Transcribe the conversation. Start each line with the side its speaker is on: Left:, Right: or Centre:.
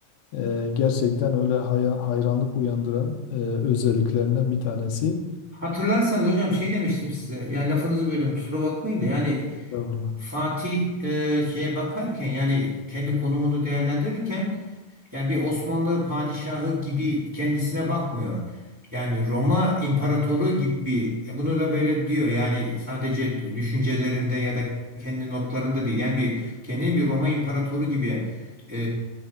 Left: e, gerçekten öyle hay- hayranlık uyandıran e, özelliklerinden bir tanesi.
Centre: Hatırlarsanız hocam şey demiştim size yani lafınızı bölüyorum kusura bakmayın da yani
Left: Estağfurullah.
Centre: Fatih e, şeye bakarken yani kendi konumunu değerlendirirken yani bir Osmanlı padişahı gibi kendisine bakmıyor. Yani Roma imparatoru gibi E, bunu da böyle diyor. Yani sadece düşüncelerinde ya da kendi notlarında değil. Yani bir kendini bir Roma imparatoru gibi e,